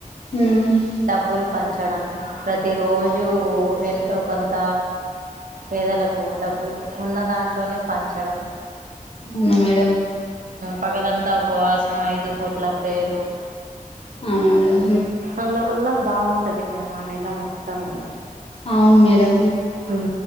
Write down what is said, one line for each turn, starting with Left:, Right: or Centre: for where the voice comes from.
Left: అవునా
Right: డబ్బులు పంచ డం ప్రతిరోజు ఎంతో కొంత పేదలకు డబ్బు లు ఉన్న దాంట్లోనే పంచడం
Left: అవునా మేడం
Right: పగలంతా ఉపవాసం ఐదు పూట్ల ప్రేయర్
Left: అవునా మేడం
Right: అందువల్ల బాగుంటది మేడం ఆ నెలా మొ తము
Left: అవును మేడం
Right: ఉం